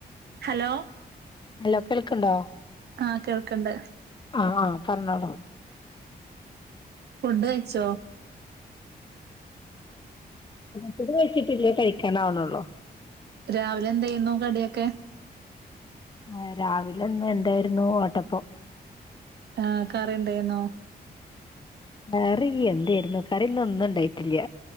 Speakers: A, on the right; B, on the left.
A: ഹലോ
B: അല്ലോ കേളിക്കണ്ടോ?
A: ആഹ കേൾക്കണ്ട
B: ആഹ് ആ പറഞ്ഞോളൂ
A: ഫുഡ് കഴിച്ചോ?
B: ഫുഡ്‌ കഴിച്ചിട്ട് ഇല്ല കഴിക്കൻ ആവുന്നുള്ളൂ
A: രാവിലെ എന്തേന്നു കടിയൊക്കെ
B: ഏഹ് രാവിലെന്ന് എന്തേര്ന്നു ഓട്ടപ്പൊ
A: ആഹ് കറിണ്ട്ന്നോ
B: കറി എന്തേര്ന്നു കറിന്ന് ഒന്നും ഇണ്ടായിട്ടില്ല